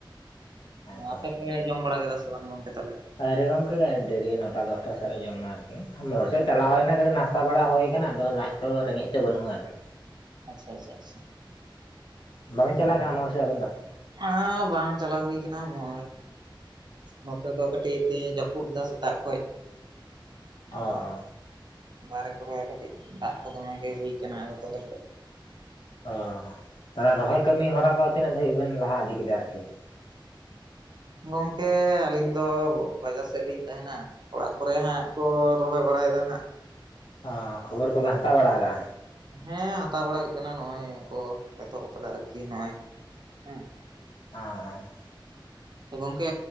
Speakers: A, on the left; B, on the right.
A: ᱦᱮᱸᱛᱚ
B: ᱟᱯᱮ ᱯᱮ ᱡᱚᱢ ᱵᱟᱲᱟ ᱠᱮᱫᱟ ᱥᱮ ᱵᱟᱝ ᱜᱚᱝᱠᱮ ᱛᱟᱦᱞᱮ?
A: ᱟᱹᱣᱨᱤ ᱜᱚᱝᱠᱮ ᱰᱮᱨᱤ ᱱᱚᱴᱟ ᱫᱚᱥᱴᱟ ᱥᱮᱫ ᱞᱮ ᱡᱚᱢᱟ ᱟᱨᱠᱤ ᱢᱳᱲ ᱥᱮᱫ ᱪᱟᱞᱟᱣ ᱦᱩᱭᱱᱟ ᱠᱟᱹᱴᱤᱡ ᱱᱟᱥ ᱛᱟ ᱵᱟᱲᱟ ᱦᱩᱭ ᱠᱟᱱᱟ ᱟᱫᱚ ᱞᱟᱡ ᱛᱚ ᱨᱮᱸᱜᱮᱡ ᱫᱚ ᱵᱟᱹᱱᱩᱜ-ᱟ ᱟᱨᱠᱤ᱾
B: ᱟᱪᱪᱷᱟ ᱟᱪᱷᱟ ᱟᱪᱷᱟ,
A: ᱦᱩᱸ ᱵᱟᱵᱮᱱ ᱪᱟᱞᱟᱣ ᱠᱟᱱᱟ ᱢᱳᱲ ᱥᱮᱫ ᱟᱵᱮᱱ ᱫᱚ?
B: <unintelligible> ᱵᱟᱝ ᱪᱟᱞᱟᱣ ᱦᱩᱭ ᱠᱟᱱᱟ ᱢᱳᱻ ᱱᱚᱛᱮ ᱫᱚ ᱠᱟᱹᱴᱤᱡ ᱛᱤᱦᱤᱧ ᱮ ᱡᱟᱹᱯᱩᱫ ᱫᱟ ᱥᱮᱛᱟᱜ ᱠᱷᱚᱡ᱾ ᱟᱫᱚ
A: ᱚ ᱚ
B: ᱵᱟᱨᱦᱨᱮ ᱠᱚᱨᱮ ᱠᱟᱹᱴᱤᱡ ᱫᱟᱜ ᱠᱚ ᱫᱚᱢᱮ ᱜᱮ ᱦᱩᱭ ᱠᱟᱱᱟ ᱟᱫᱚ ᱛᱟᱦᱚᱞᱮ᱾
A: ᱚ ᱛᱟᱦᱚᱞᱮ ᱨᱚᱦᱚᱭ ᱠᱟᱹᱢᱤ ᱦᱚᱨᱟ ᱠᱚ ᱛᱤᱱᱟᱹᱜ ᱫᱟᱹᱵᱤᱡ ᱵᱮᱱ ᱞᱟᱦᱟ ᱤᱫᱤ ᱠᱮᱫᱟ ᱟᱨᱠᱤ <inaudible>
B: ᱜᱚᱝᱠᱮ ᱟᱹᱞᱤᱧ ᱫᱚ ᱵᱟᱡᱟᱨ ᱥᱮᱫ ᱞᱤᱧ ᱛᱟᱦᱮᱱᱟ᱾ ᱚᱲᱟᱜ ᱠᱚᱨᱮ ᱦᱟᱸᱜ ᱠᱚ ᱨᱚᱦᱚᱭ ᱵᱟᱲᱟᱭᱮᱫᱟ ᱦᱟᱸᱜ᱾
A: ᱚ ᱠᱷᱚᱵᱚᱨ ᱠᱚᱫᱚ ᱦᱟᱛᱟᱣ ᱵᱟᱲᱟ ᱠᱟᱜ-ᱟ᱾
B: ᱦᱮᱸ ᱦᱟᱛᱟᱣ ᱵᱟᱲᱟ ᱦᱩᱭᱩᱜ ᱠᱟᱱᱟ ᱱᱚᱜ-ᱚᱭ ᱠᱚ ᱮᱛᱚᱦᱚᱵ ᱟᱠᱟᱫᱟ ᱟᱨᱠᱤ ᱱᱚᱜ-ᱚᱭ ᱦᱮᱸ
A: <unintelligible>
B: ᱛᱚ ᱜᱚᱝᱠᱮ